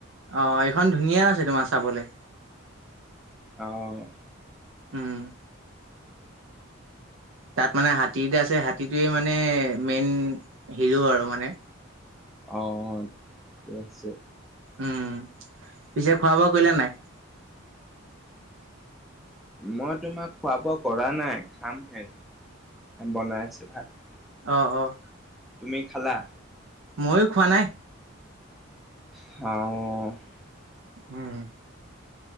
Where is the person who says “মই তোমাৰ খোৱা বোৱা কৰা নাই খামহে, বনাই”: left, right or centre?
Centre